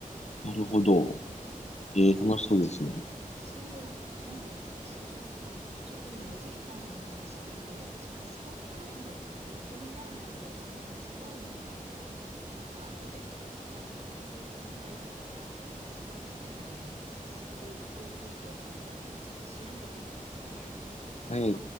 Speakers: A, on the left; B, on the right.
A: なるほど。
B: そうそうそう。
A: えー、楽しそうですね。
B: えーでも、そう、なんかね、そう、だから、ちょっと今、エジンバラの話聞いて、やっぱちょっとスコットランド行ってみたいなって、私が今すごい思ったので、ちょっと後で、なんか、Google フライトとか、スカイスキャナーで、早速、航空券の値段、ちょっと調べてみますね。
A: はい。